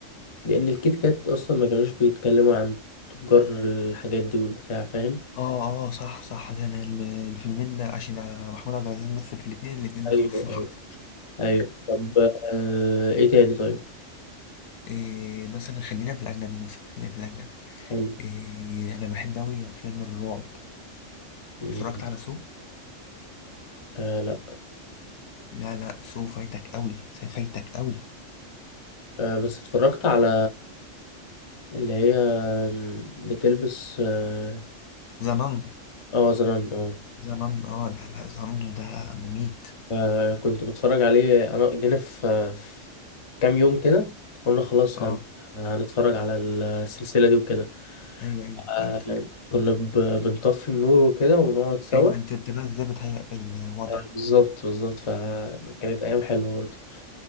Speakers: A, on the left; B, on the left.
A: لأن الكيت كات أصلا ما كانوش بيتكلموا عن تجار الحاجات دي والبتاع فاهم
B: اه اه صح صح ده أنا الم- الفيلمين ده عشان محمود عبد العزيز مثل في الاتنين الاتنين دخلوا
A: أيوه
B: في محطة
A: أيوه أيوه طب آه إيه تاني طيب
B: إيه <laughs> مثلا خلينا في الأجنبي مثلا خلينا في الأجنبي
A: حلو
B: إيه أنا بحب أوي أفلام الرعب
A: مم.
B: اتفرجت على سو؟
A: آه لأ
B: لا لا سو فايتك أوي سو فايتك أوي
A: آه بس اتفرجت على اللي هي بتلبس اه
B: زنان
A: آه، زنان اه
B: زنان اه لا لا زنان ده مميت
A: آه، كنت بتفرج عليه أنا جينا في في كام يوم كده قلنا خلاص
B: اه
A: هن... هنتفرج على السلسلة دي وكده
B: أيوه أيوه
A: آه،
B: فهمتك
A: كنا ب- بنطفي النور وكده ونقعد سوا
B: أيوه أنت أنت بقى إزاي بتهيأ الوضع
A: آه، بالظبط بالظبط فكانت أيام حلوة برضه